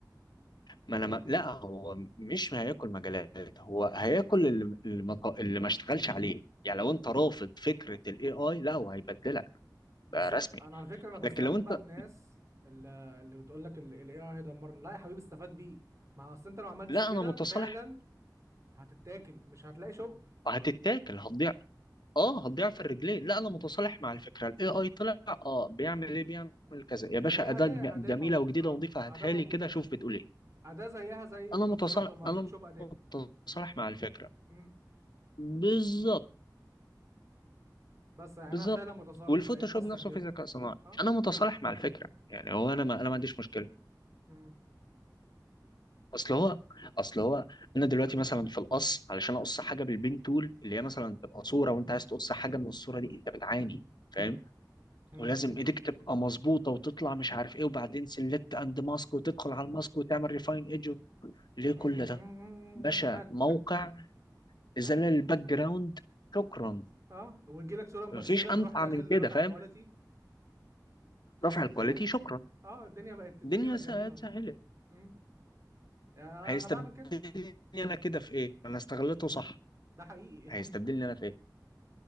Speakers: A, on the left; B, on the right.
A: ما انا ما... لا هو مش هياكل مجالات هو هياكل اللي اللي ما ط- اللي ما اشتغلش عليه يعني لو انت رافض فكرة الاي اي لا هو هيبدلك
B: بالظبط
A: ده رسمي
B: انا على فكرة انا بستغرب
A: لكن لو انت
B: الناس اللي اللي بتقول لك ال AI هيدمرنا لا يا حبيبي استفاد بيه ما هو اصل انت لو عملتش
A: لا
B: كده
A: انا متصالح
B: فعلا هتتاكل مش هتلاقي شغل
A: هتتاكل هتضيع اه هتضيع في الرجلين لا انا متصالح مع الفكره الاي اي طلع اه بيعمل ايه بيعمل كذا يا باشا
B: هي أداة
A: اداه جم-
B: أداة
A: جميله
B: موجودة
A: وجديده
B: اه
A: ونظيفه هاتها
B: أداة موجودة
A: لي كده شوف بتقول ايه
B: أداة زيها زي
A: انا
B: الفوتوشوب
A: متصالح
B: ما الفوتوشوب
A: انا
B: أداة
A: متصالح مع الفكره
B: مم.
A: بالظبط
B: بس يعني
A: بالظبط
B: أنا فعلا متصالح
A: والفوتوشوب
B: بقيت بستخدمه
A: نفسه في ذكاء صناعي
B: اه
A: انا متصالح مع الفكره يعني هو انا ما انا ما عنديش مشكله
B: مم.
A: اصل هو اصل هو انا دلوقتي مثلا في القص علشان اقص حاجه بالبين تول اللي هي مثلا تبقى صوره وانت عايز تقص حاجه من الصوره دي انت بتعاني فاهم
B: مم. مم.
A: ولازم ايديك تبقى مظبوطه وتطلع مش عارف ايه وبعدين سلكت اند ماسك وتدخل على الماسك وتعمل ريفاين ايدج ليه كل
B: مم.
A: ده
B: مم. مم.
A: باشا
B: مم. فعلا
A: موقع
B: <laughs> فعلا
A: ازاله الباك جراوند شكرا
B: اه ويجيلك صورة مبكسلة
A: مفيش امتع
B: تروح داخل
A: من كده
B: رافع
A: فاهم
B: الكواليتي خلاص
A: رفع الكواليتي
B: الدنيا
A: شكرا
B: اه الدنيا بقت الدنيا
A: الدنيا
B: بقت
A: س-
B: جميلة
A: اتسهلت
B: والله مم. يعني
A: هيستبدلني
B: أنا بعمل كده
A: انا كده في ايه انا استغلته صح
B: ده حقيقي
A: هيستبدلني انا في ايه